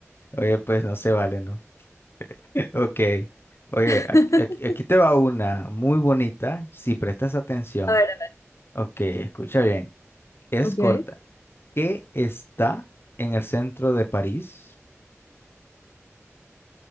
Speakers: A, on the left; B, on the left.
A: oye, pues no se vale, ¿no? <laughs> Ok. Oye,
B: <laughs>
A: ac- ac- aquí te va una muy bonita, si prestas atención.
B: A ver,
A: Ok, escucha bien. Es
B: ok.
A: corta. ¿Qué está en el centro de París?